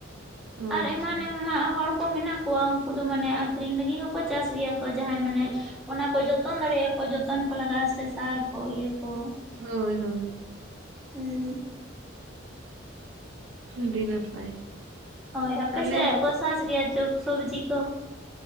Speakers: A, on the right; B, in the centre.
A: ᱚ
B: ᱟᱨ
A: ᱟᱪᱪᱷᱟ
B: ᱮᱢᱟᱱ ᱮᱢᱟᱱ ᱦᱚᱲ- ᱠᱚ ᱢᱮᱱᱟᱜ ᱠᱚᱣᱟ ᱩᱱᱠᱩ ᱫᱚ ᱢᱟᱱᱮ ᱟᱠᱠᱷᱨᱤᱧ ᱞᱟᱹᱜᱤᱫ ᱦᱚᱸᱠᱚ ᱪᱟᱥ ᱜᱮᱭᱟ ᱠᱚ ᱡᱟᱦᱟᱸᱭ ᱢᱟᱱᱮ᱾ ᱚᱱᱟ ᱠᱚ ᱡᱚᱛᱚᱱ ᱫᱟᱲᱮᱭᱟᱜᱼᱟ ᱠᱚ ᱡᱚᱛᱚᱱ ᱠᱚ ᱞᱟᱜᱟᱜᱼᱟ ᱥᱮ ᱥᱟᱨ ᱠᱚ ᱤᱭᱟᱹ ᱠᱚ᱾
A: ᱦᱳᱭ ᱦᱳᱭ᱾
B: ᱦᱩᱸ
A: ᱟᱹᱰᱤ ᱱᱟᱯᱟᱭ᱾
B: ᱦᱳᱭ ᱟᱯ
A: ᱟᱞᱮ
B: ᱥᱮᱫ ᱠᱚ ᱥᱟᱪ ᱜᱮᱭᱟ ᱡᱚᱵ ᱥᱚᱵᱡᱤ ᱠᱚ?